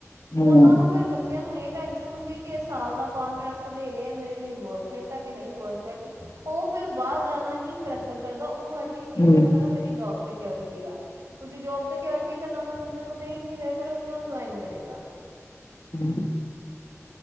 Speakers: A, on the left (about 80°); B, on the right (about 70°).
A: ਹਮ
B: ਔਨਾਂ ਨੂੰ ਫੇਰ ਬੱਚਿਆਂ ਨੂੰ ਏ ਟੈਸ਼ਨ ਹੁੰਦੀ ਐ, ਕਿ ਐ ਸਾਲ ਦਾ ਕੋਂਟਰੈਕਟ ਦੇ ਰੇਐ ਮੇਰੇ ਲਈ ਵਰਥ ਐ ਕਿ ਨਈ ਵਰਥ ਔ ਫੇਰ ਬਾਰ ਜਾਣਾ ਈ ਪ੍ਰੈਫਰ ਕਰਦਾ, ਓਨੁ ਐਟਲਿਸਟ ਏ
A: ਹਮ
B: ਪਤਾ ਨਾ ਮੇਰੀ ਜੋਬ ਸ ਸਿਕਓਰਿਟੀ ਆ, ਤੁਸੀ ਸੀਕਔਰੀਟੀ ਤਾਂ ਨਵੇਂ ਬੰਦੇ ਨੂੰ ਦੇ ਈ ਨੀ ਰੇ, ਫੇਰ ਔ ਕਿਉਂ ਜੋਇਨ ਕਰੇਗਾ?
A: <inaudible>